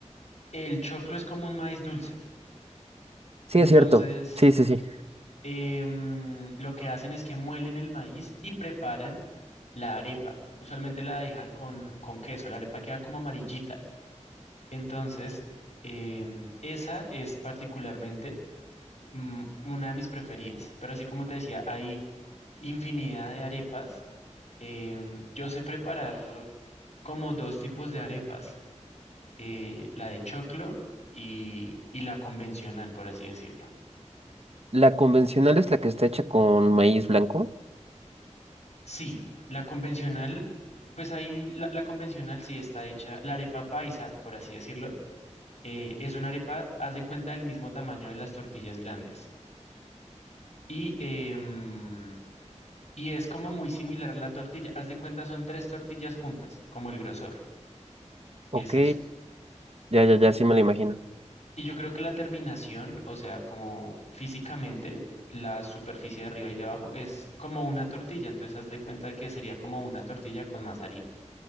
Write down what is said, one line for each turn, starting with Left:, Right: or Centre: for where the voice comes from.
Left: El choclo es como un maíz dulce.
Right: Sí,
Left: Entonces,
Right: es cierto. Sí, sí, sí.
Left: em, lo que hacen es que muelen el maíz y preparan la arepa. Usualmente la dejan con, con queso, la arepa queda como amarillita. Entonces, em, esa es particularmente mm, una de mis preferidas. Pero así como te decía, hay infinidad de arepas. Em, yo sé preparar como dos tipos de arepas, eh, la de choclo y, y la convencional, por así decirlo.
Right: La convencional es la que está hecha con maíz blanco.
Left: Sí, la convencional, pues ahí la, la convencional sí está hecha, la arepa paisa, por así decirlo, eh, es una arepa, haz de cuenta, del mismo tamaño de las tortillas grandes. Y, em, y es como muy similar a la tortilla, haz de cuenta, son tres tortillas juntas, como el grosor,
Right: Ok,
Left: es eso.
Right: ya, ya, ya,
Left: Y,
Right: sí me la imagino.
Left: y yo creo que la terminación, o sea, como físicamente, la superficie de arriba y de abajo es como una tortilla, entonces haz de cuenta que sería como una tortilla con más harina,